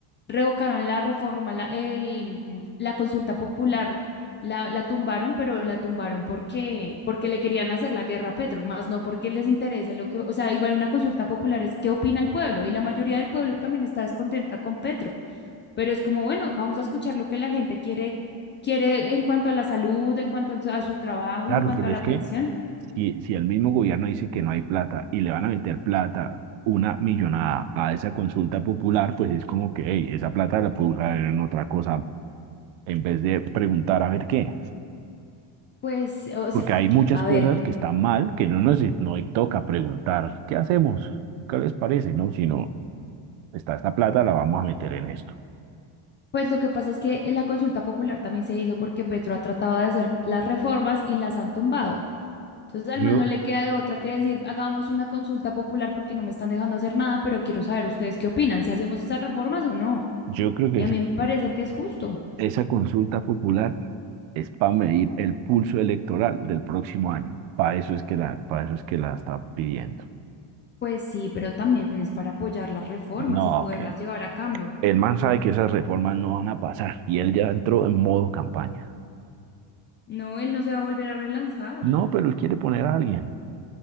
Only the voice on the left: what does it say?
revocaron la reforma, la, el, la consulta popular, la, la tumbaron, pero la tumbaron porque, porque le querían hacer la guerra a Petro, más no porque les interese lo que, o sea, igual una consulta popular es qué opina el pueblo y la mayoría del pueblo también está descontenta con Petro, pero es como, bueno, vamos a escuchar lo que la gente quiere, quiere en cuanto a la salud, en cuanto a su trabajo,
en cuanto
a la
pensión,
pues, o
sea,
a
ver,
pues lo que pasa es que la consulta popular también se hizo porque Petro ha tratado de hacer las reformas y las han tumbado. Entonces
al man no le queda de otra que decir, hagamos una consulta popular porque no me están dejando hacer nada, pero quiero saber ustedes qué opinan, si hacemos esas reformas o no.
Y a
mí me parece que es justo.
Pues sí, pero también es para apoyar las reformas
y poderlas
llevar a cambio.
No, él no se va a volver a relanzar.